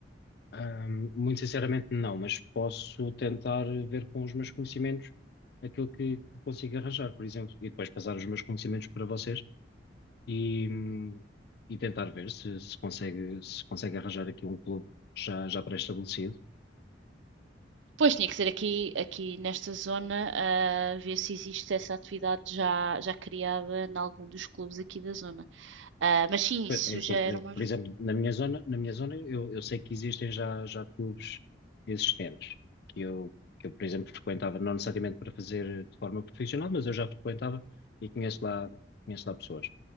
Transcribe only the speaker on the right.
Pois, tinha que ser aqui aqui nesta zona, ah, ver se existe essa atividade já já criada em algum dos clubes aqui da zona. Ah, mas sim,
isso
já era
uma
ajuda.